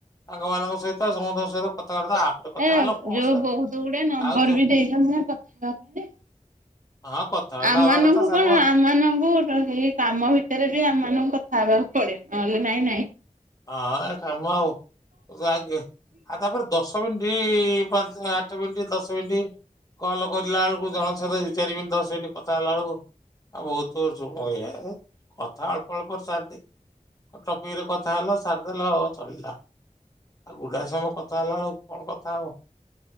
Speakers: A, on the left (about 25°); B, on the right (about 75°).
A: ସାଙ୍ଗ ମାନଙ୍କ ସହିତ ସମସ୍ତଙ୍କ ସହିତ କଥାବାର୍ତ୍ତା ଆପରେ କଥା
B: ଏ
A: ହେଲ କଣ
B: ଯୋଉ
A: ସା
B: ବହୁତ ଗୁଡେ ନମ୍ବର
A: ଆଉ ତ
B: ବି ଦେଇଛନ୍ତି କଥା କ-
A: ହଁ କଥାବାର୍ତ୍ତା
B: ଆମମାନଙ୍କୁ
A: ହବା କଥା ସାଙ୍ଗ
B: କଣ ଆମମାନଙ୍କୁ ତ ହେଇ କାମ ଭିତରେ ବି ଆମ ମାନଙ୍କୁ କଥା ହେବାକୁ ପଡ଼େ ନହେଲେ ନାଇଁ ନାଇଁ
A: ହଁ କାମ ଆଉ <unintelligible> ଆଉ ତାପରେ ଦଶ <unintelligible> ପାଞ୍ଚ ଆଠ ମିନଟି ଦଶ ମିନଟି। କଲ୍ କରିଲା ବେଳକୁ ଜଣକ ସହିତ ଦି ଚାରିି ମିନିଟ୍ ଦଶ ମିନିଟ୍ କଥା ହେଲା ବେଳକୁ ଆ ବହୁତ <unintelligible> କହିଆ କଥା ଅଳ୍ପ ଅଳ୍ପ ସାରିଦିଏ ଟପିକରେ କ କଥା ହେଲ ସାରିଦେଲ ଅ ଚଳିଲା। ଆଉ ଗୁଡାଏ ସମୟ କଥା ହେଲା ବେଳକୁ କଣ କଥା ହବ।